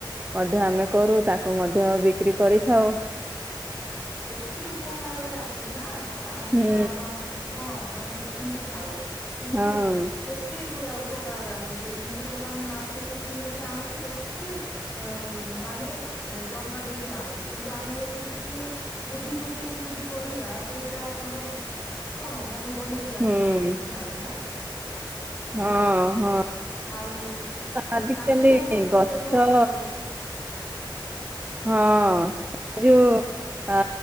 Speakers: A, on the right; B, on the left.
A: ମଧ୍ୟ ଆମେ କରୁ ତାକୁ ମଧ୍ୟ ବିକ୍ରି କରିଥାଉ।
B: କେତେ ଉପକାରରେ ଆସେ ନା ନା ଆମେ
A: ହୁଁ
B: ତାହାକୁ ଆମେ କଣ ମାନେ ଫିଙ୍ଗି ଥାଉ କିନ୍ତୁ
A: ହଁ
B: କେତେ ପୁରା ଉପକାରରେ ଆସେ ସେ ଜିନିଷ ଯାକ ଆମେ ମାର୍କେଟ ରୁ କିଣିକି ଆଣୁଚୁ କେତେ ଏଁ ମା ମାନେ ଟଙ୍କା ଦେଇକି ଆଣୁଚୁ କିନ୍ତୁ ଆମେ ଯଦି ଟିକେ ବୁଦ୍ଧି ଖଟେଇକି ଯଦି କରିବା ସେଇଟା ଆମର କଣ ମାନେ ବନେଇ ପାରିବା
A: ହୁଁ
B: ଆମେ ଝାଡୁ ନା
A: ହଁ ହଁ
B: ଆଉ
A: ଆଜିିକାଲି
B: କାଠ ଭାବରେ
A: ଗଛ
B: ବି ବ୍ୟବହାର କରୁଛୁ
A: ହଁ ସେ ଯଉ ଆ